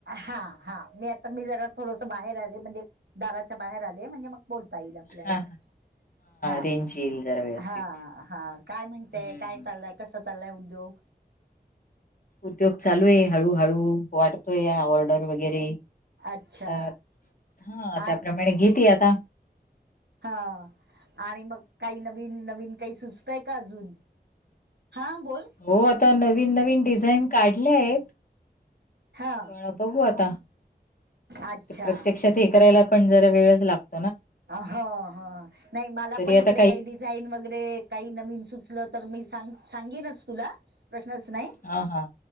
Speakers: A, on the right; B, on the left.
A: हा हा मी आता मी जरा थोडस बाहेर आले म्हणजे दाराच्या बाहेर आले म्हणजे मग बोलता येईल आपल्याला
B: हा
A: हा
B: रेंज येईल जरा व्यवस्थित
A: हा हा काय म्हणताय
B: हम्म
A: काय चाललंय कसा चाललंय उद्योग
B: उद्योग चालू आहे हळूहळू वाटतो या ऑर्डर वगैरे
A: अच्छा
B: अ हा
A: आ-
B: त्याप्रमाणे घेत आता
A: हा आणि मग काही नवीन नवीन काही सुचतय का अजून हां बोल
B: हो आता नवीन नवीन डिझाईन काढल्या आहेत
A: हा
B: प बघू आता
A: अच्छा
B: ते प्रत्यक्षात हे करायला पण जरा वेळच लागत
A: हो ह नाही मला
B: तरी
A: पण इकडे
B: आता
A: काही दि डिझाईन वगैरे काही नवीन सुचलं तर मी सांग सांगेनच तुला प्रश्नच नाही
B: ह हा